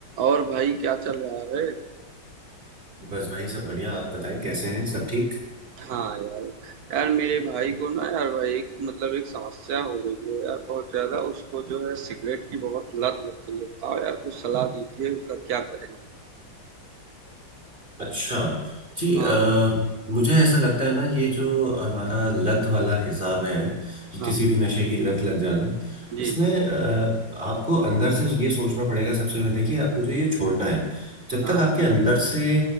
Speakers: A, on the right; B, on the right.
A: और भाई क्या चल रहा है?
B: बस भाई सब बढ़िया आप बताएं कैसे हैं सब ठीक
A: हाँ यार, यार मेरे भाई को ना यार भाई एक मतलब एक समस्या हो गई है यार बहुत ज़्यादा उसको जो है सिगरेट की बहुत लत लग गई है। बताओ यार कुछ सलाह दीजिए उसका क्या करें?
B: अच्छा जी
A: हाँ
B: अ,
A: यार,
B: मुझे ऐसा लगता है ना ये जो हमारा लत वाला हिसाब है कि
A: हाँ
B: किसी
A: हाँ,
B: भी नशे की लत लग जाना
A: जी
B: इसमें
A: जी,
B: अ, आपको अंदर से ये सोचना पड़ेगा सबसे पहले कि आप मुझे ये छोड़ना है जब
A: हाँ,
B: तक आपके अंदर से